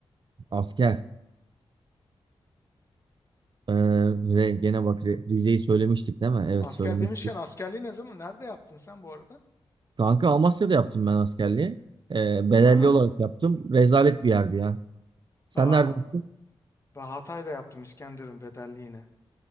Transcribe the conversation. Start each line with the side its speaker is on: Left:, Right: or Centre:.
Right: Asker. Ee, ve gene bak Re- Rize'yi söylemiştik değil mi? Evet
Left: Asker
Right: söylemiştik.
Left: demişken askerliği ne zaman nerede yaptın sen bu arada?
Right: Kanka Amasya'da yaptım ben askerliği. Ee, bedelli
Left: Hı hı.
Right: olarak yaptım. Rezalet bir yerdi ya. Sen
Left: Aa,
Right: nerede yaptın?
Left: ben Hatay'da yaptım İskenderun bedelliğine.